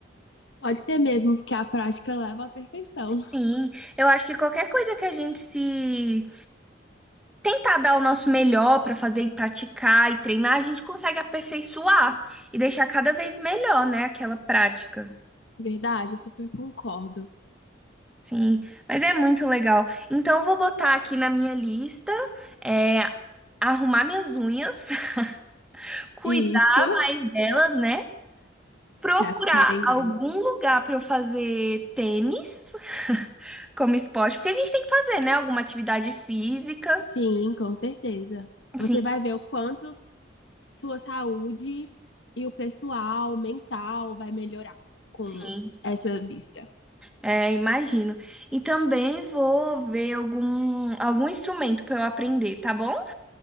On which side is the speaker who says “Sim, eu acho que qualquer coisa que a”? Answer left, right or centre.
Centre